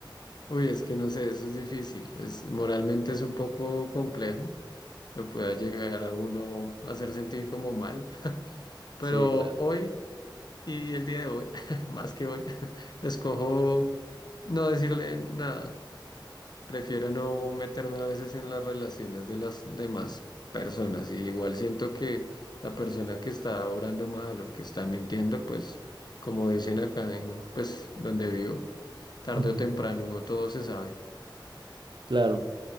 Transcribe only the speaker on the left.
Uy, es que no sé, eso es difícil. Es, moralmente es un poco complejo. Lo pueda llegar a uno a hacer sentir como mal. Pero
hoy y el día de hoy, <laughs> más que hoy, <laughs> escojo no decirle nada. Prefiero no meterme a veces en las relaciones de las demás personas. Y igual siento que la persona que está obrando mal o que está mintiendo, pues como dicen acá en, pues donde vivo, tarde
o temprano todo se sabe.